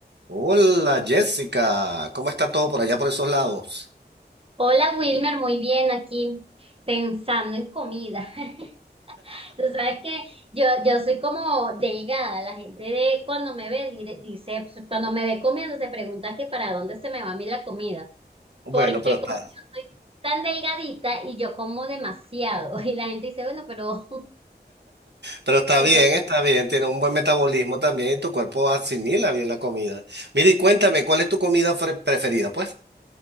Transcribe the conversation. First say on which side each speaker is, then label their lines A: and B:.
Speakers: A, on the right; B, on the right.
A: Hola Jessica, ¿cómo está todo por allá por esos lados?
B: Hola Wilmer, muy bien aquí pensando en comida. <laughs> Tú sabes que yo, yo soy como delgada, la gente de cuando me ve dire- dice, pues, cuando me ve comiendo se pregunta que para dónde se me va a mí la comida,
A: Bueno,
B: porque
A: pero está,
B: como yo soy tan delgadita y yo como demasiado <laughs> y la gente dice, bueno, pero,
A: pero está
B: pero
A: bien, está bien, tiene un buen metabolismo también y tu cuerpo asimila bien la comida. Mira y cuéntame, ¿cuál es tu comida fre- preferida, pues?